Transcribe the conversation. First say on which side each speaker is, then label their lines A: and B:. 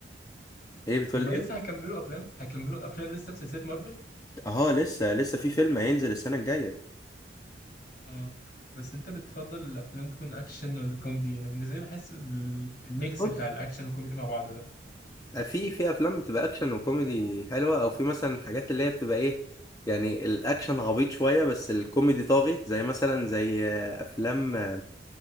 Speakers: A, on the left (about 20°); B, on the left (about 60°).
A: ايه بتقول
B: هم
A: لي
B: لسه
A: ايه
B: هيكملوا افلام هيكملوا افلام لسه في سلسله مارفل
A: اه لسه لسه في فيلم هينزل السنه الجايه
B: اه بس انت بتفضل الافلام تكون اكشن ولا كوميدي انا بالنسبه لي بحس ال- الميكس
A: بص
B: بتاع الاكشن والكوميدي مع بعض ده
A: في في افلام بتبقى اكشن وكوميدي حلوه او في مثلا الحاجات اللي هي بتبقى ايه يعني الاكشن عبيط شويه بس الكوميدي طاغي زي مثلا زي آه، افلام آه،